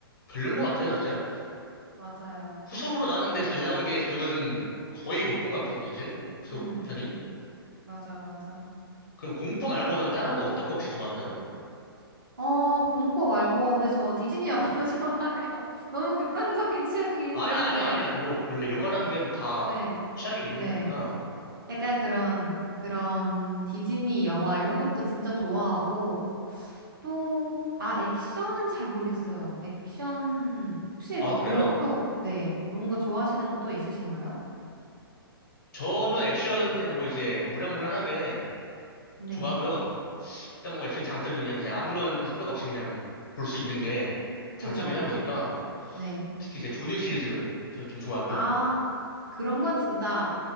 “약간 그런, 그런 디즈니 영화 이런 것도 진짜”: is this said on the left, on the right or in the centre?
Right